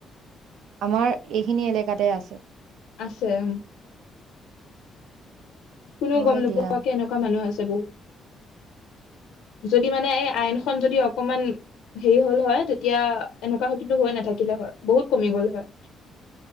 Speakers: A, on the right (about 80°); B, on the left (about 85°).
A: আমাৰ এইখিনি এলেকাতে আছে।
B: আছে উম। কোননেও
A: হয়
B: গম নোপোৱাকে
A: দিয়া
B: এনেকুৱা মানুহ আছে। যদি মানে এই আইনখন যদি অকমান হেৰি হ'ল হয়, তেতিয়া এনেকুৱা হয় কিন্তু হৈ নাথাকিলে হয় বহুত কমি গ'ল হয়।